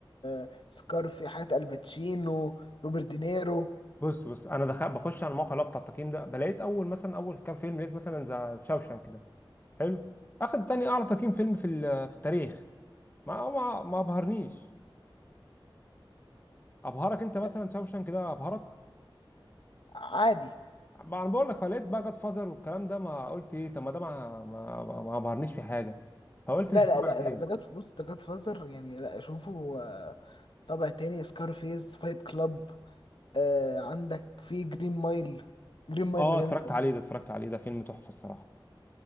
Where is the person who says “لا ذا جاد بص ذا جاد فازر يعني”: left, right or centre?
Left